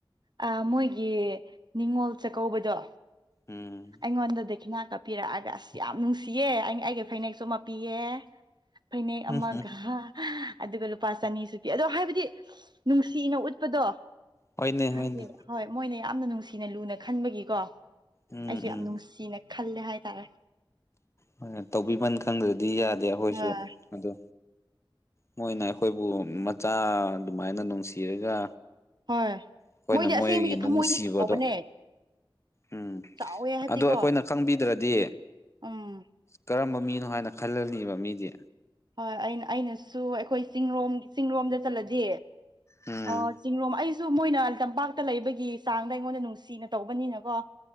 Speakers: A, on the right; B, on the left.
A: ꯑꯥ ꯃꯣꯏꯒꯤ ꯅꯤꯡꯉꯣꯜ ꯆꯥꯛꯀꯧꯕꯗꯣ
B: ꯎꯝ
A: ꯑꯩꯉꯣꯟꯗ ꯗꯦꯈꯤꯅ ꯄꯤꯔꯛꯑꯥꯒ ꯑꯁ ꯌꯥꯝ ꯅꯨꯡꯁꯤꯌꯦ ꯑꯩ ꯑꯩꯒꯤ ꯐꯅꯦꯛꯁꯨ ꯑꯃ ꯄꯤꯌꯦ ꯐꯩꯅꯦꯛ
B: ꯎꯝ
A: ꯑꯃꯒ
B: ꯎꯝ
A: ꯑꯗꯨꯒ ꯂꯨꯄꯥ ꯆꯅꯤꯁꯨ ꯄꯤ ꯑꯗꯣ ꯍꯥꯏꯕꯗꯤ ꯅꯨꯡꯁꯤꯅ ꯎꯠ ꯎꯠꯄꯗꯣ
B: ꯍꯣꯏꯅꯦ
A: ꯍꯥꯏꯗꯤ
B: ꯍꯣꯏꯅꯦ
A: ꯍꯣꯏ ꯃꯣꯏꯅ ꯌꯥꯝꯅ ꯅꯨꯡꯁꯤꯅ ꯂꯨꯅ ꯈꯟꯕꯒꯤꯀꯣ
B: ꯎꯝ
A: ꯑꯩꯁꯨ ꯌꯥꯝ
B: ꯎꯝ
A: ꯅꯨꯡꯁꯤꯅ ꯈꯜꯂꯦ ꯍꯥꯏꯇꯥꯔꯦ
B: ꯍꯣꯏ ꯇꯧꯕꯤꯃꯟ ꯈꯪꯗ꯭ꯔꯗꯤ ꯌꯥꯗꯦ ꯑꯩꯈꯣꯏꯁꯨ
A: ꯍꯣꯏ
B: ꯑꯗꯣ ꯃꯣꯏꯅ ꯑꯩꯈꯣꯏꯕꯨ ꯃꯆꯥ ꯑꯗꯨꯃꯥꯏꯅ ꯅꯨꯡꯁꯤꯔꯒ
A: ꯍꯣꯏ
B: ꯑꯈꯣꯏꯅ
A: ꯃꯣꯏꯗꯤ
B: ꯃꯣꯏꯒꯤ
A: ꯑꯁꯦꯡꯕꯒꯤ
B: ꯅꯨꯡꯁꯤꯕꯗꯣ
A: ꯊꯃꯣꯏꯗꯤ ꯆꯥꯎꯕꯅꯦ
B: ꯎꯝ
A: ꯆꯥꯎꯋꯦ ꯍꯥꯏꯕꯗꯤꯀꯣ
B: ꯑꯗꯣ ꯑꯩꯈꯣꯏꯅ ꯈꯪꯕꯤꯗ꯭ꯔꯗꯤ
A: ꯎꯝ
B: ꯀꯔꯝꯕ ꯃꯤꯅꯣ ꯍꯥꯏꯅ ꯈꯜꯂꯅꯤꯕ ꯃꯤꯗꯤ
A: ꯍꯣꯏ ꯑꯩꯅ ꯑꯩꯅꯁꯨ ꯑꯩꯈꯣꯏ ꯆꯤꯡꯔꯣꯝ ꯆꯤꯡꯔꯣꯝꯗ ꯆꯠꯂꯗꯤ
B: ꯎꯝ
A: ꯑꯥ ꯆꯤꯡꯔꯣꯝ ꯑꯩꯁꯨ ꯃꯣꯏꯅ ꯇꯝꯄꯥꯛꯇ ꯂꯩꯕꯒꯤ ꯆꯥꯡꯗ ꯑꯩꯉꯣꯟꯗ ꯅꯨꯡꯁꯤꯅ ꯇꯧꯕꯅꯤꯅꯀꯣ